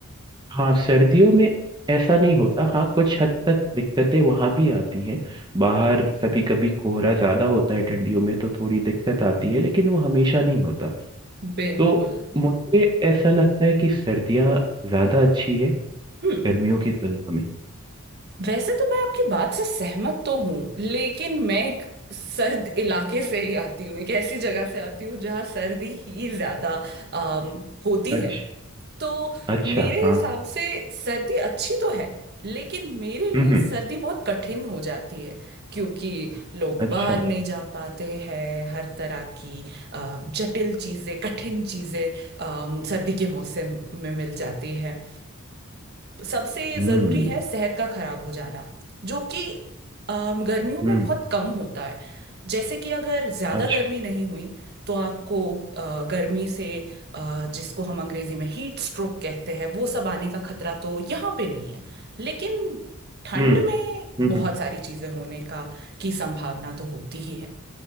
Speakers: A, on the right (about 20°); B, on the right (about 50°).
A: हाँ सर्दियों में ऐसा नहीं होता हाँ कुछ हद तक दिक्कतें वहां भी आती हैं बाहर कभी कभी कोहरा ज्यादा होता है ठंडियों में तो थोड़ी दिक्कत आती है लेकिन वो हमेशा नहीं होता
B: बिल्कुल
A: तो मुझे ऐसा लगता है कि सर्दियाँ ज्यादा अच्छी है
B: हम्म
A: गर्मियों की तुलना में
B: वैसे तो मैं आपकी बात से सहमत तो हूँ लेकिन मैं एक सर्द इलाके से ही आती हूँ एक ऐसी जगह से आती हूँ जहाँ सर्दी ही ज्यादा अम, होती
A: अच्छा
B: है तो
A: अच्छा
B: मेरे
A: हाँ
B: हिसाब से सर्दी अच्छी तो है लेकिन मेरे लिए
A: हम्म हम्म,
B: सर्दी बहुत कठिन हो जाती है क्योंकि लोग
A: अच्छा
B: बाहर नहीं जा पाते हैं हर तरह की अ, जटिल चीज़ें कठिन चीज़ें अम, सर्दी के मौसम में मिल जाती है सबसे
A: हम्म
B: ज़रूरी है सेहत का खराब हो जाना जो कि अम, गर्मियों में
A: हम्म
B: बहुत कम होता है जैसे कि अगर ज़्यादा
A: अच्छा
B: गर्मी नहीं हुई तो आपको अ, गर्मी से अ, जिसको हम अंग्रेज़ी में हीट स्ट्रोक कहते हैं वो सब आने का खतरा तो यहाँ पे नहीं है लेकिन ठंड
A: हम्म
B: में
A: हम्म
B: बहुत
A: हम्म,
B: सारी चीज़ें होने का की संभावना तो होती ही है